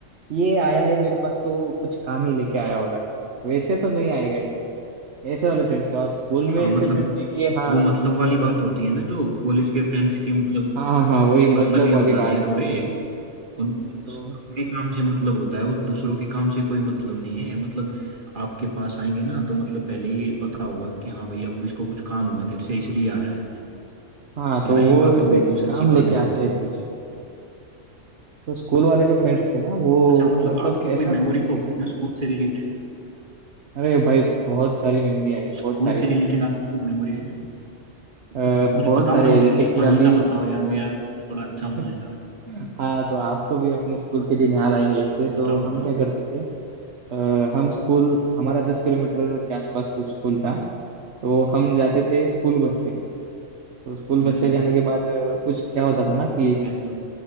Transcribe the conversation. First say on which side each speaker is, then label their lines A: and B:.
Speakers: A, on the right; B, on the right.
A: ये आया है मेरे पास तो कुछ काम ही लेके आया होगा वैसे तो नहीं आएगा ये ऐसे वाले फ्रेंड्स थे और स्कूल में
B: हाँ
A: ऐसे
B: मतलब
A: फ्रेंड्स थे कि हाँ
B: वो मतलब वाली
A: अ,
B: बात होती है ना जो कॉलेज के फ्रेंड्स की मतलब
A: हाँ हाँ हाँ वही
B: मतलब
A: मतलब
B: ही हो
A: वाली
B: जाते
A: बात
B: हैं थोड़े उनको
A: तो
B: अपने काम से मतलब होता है और दूसरों के काम से कोई मतलब नहीं है मतलब आपके पास आएंगे ना तो मतलब पहले ही पता होगा कि हाँ भाई अब इसको कुछ काम होगा तेरे से इसलिए आया है
A: हाँ तो
B: है ना
A: वो
B: ये बात
A: ऐसे
B: तो बिल्कुल सच्ची
A: काम लेके
B: बात है
A: आते
B: ये
A: हैं
B: तो
A: कुछ तो स्कूल वाले जो फ्रेंड्स थे ना वो
B: अच्छा मतलब
A: मतलब
B: आपकी
A: ऐसा
B: कोई मेमोरी
A: कुछ नहीं
B: तो होगी
A: था
B: ना स्कूल से रिलेटेड
A: अरे भाई बहुत सारी मेमोरी आई बहुत
B: स्कूल
A: सारी
B: से रिलेटेड आपकी कोई मेमोरी है कुछ
A: अ,
B: कुछ
A: बहुत
B: बताओ
A: सारी
B: ना
A: है
B: मत
A: जैसे
B: कुछ
A: कि
B: फनी
A: अभी
B: सा बताओ यार मेरा भी थोड़ा अच्छा हो
A: <laughs>
B: जाएगा
A: हाँ तो आपको भी अपने स्कूल के दिन याद आएंगे इससे तो
B: बताओ बताओ
A: हम क्या करते थे अ, हम स्कूल हमारा दस किलोमीटर के आसपास कुछ स्कूल था तो हम जाते थे स्कूल बस से तो स्कूल बस
B: बिल्कुल
A: से जाने के बाद अ, कुछ क्या होता था ना कि
B: बिल्कुल